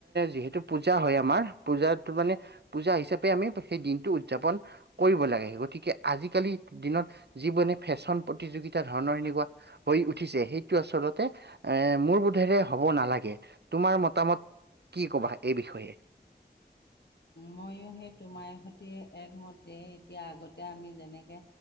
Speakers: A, on the right (about 75°); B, on the left (about 75°).
A: যিহেতু পূজা হয়, আমাৰ পূজাটো মানে পূজা হিচাপে আমি সেই দিনটো উদযাপন কৰিব লাগে গতিকে আজিকালিৰ দিনত যিবোৰ ফেশ্বন প্ৰতিযোগিতা ধৰণৰ এনেকুৱা হৈ উঠিছে সেই আচলতে এ মোৰ বোধেৰে হ'ব নালাগে তোমাৰ মতামত কি কবা এই বিষয়ে
B: ময়ো সেই তোমাৰ সৈতে একমতে এতিয়া আগতে আমি যেনেকৈ